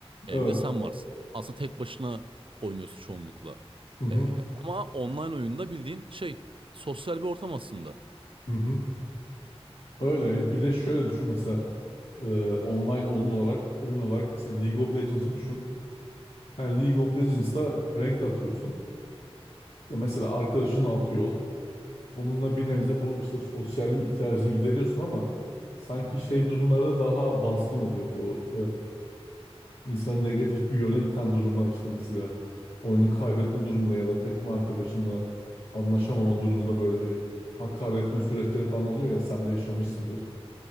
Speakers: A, on the right; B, on the left.
A: E,
B: Evet.
A: bir de sen varsın. Aslında tek başına oynuyorsun çoğunlukla.
B: Hı hı
A: E, ama online oyunda bildiğin şey sosyal bir ortam aslında.
B: hı hı. Öyle. E, Bir de şöyle düşün mesela e, online oyun olarak oyun olarak mesela League of Legends'ı düşün. Yani League of Legends'ta ranked atıyorsun. İşte mesela arkadaşını atıyor. ol. Onunla bir nebze bu işte sosyallik ihtiyacını gideriyorsun ama sanki şey durumlarda daha baskın oluyor bu eee insanı negatif bir yöne iten durumlar işte mesela oyunu kaybetme durumunda ya da takım arkadaşınla anlaşamama durumunda böyle bir hakaretme süreçleri falan oluyor ya sen de yaşamışsındır.